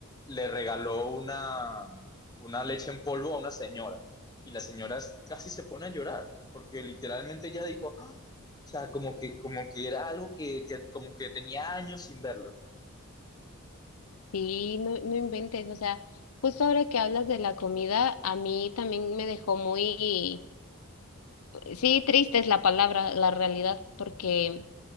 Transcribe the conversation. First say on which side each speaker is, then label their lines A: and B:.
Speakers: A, on the left; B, on the left.
A: le regaló una, una leche en polvo a una señora. Y la señora casi se pone a llorar porque literalmente ella dijo, "Ah", o sea, como que, como que era algo que, que como que tenía años sin verlo.
B: sí, no, no inventes, o sea, justo ahora que hablas de la comida, a mí también me dejó muy, sí, triste es la palabra, la realidad, porque